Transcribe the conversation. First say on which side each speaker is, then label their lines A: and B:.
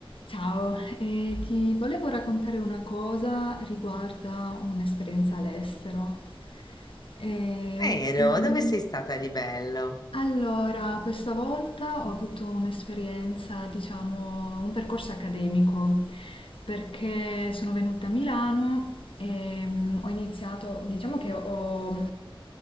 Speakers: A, on the left (about 75°); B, on the left (about 45°).
A: Ciao, eh, ti volevo raccontare una cosa riguarda un'esperienza all'estero. Eh,
B: Vero,
A: ultimamente...
B: dove sei stata di bello?
A: Allora, questa volta ho avuto un'esperienza, diciamo, un percorso accademico, perché sono venuta a Milano e mm, ho iniziato, diciamo che ho,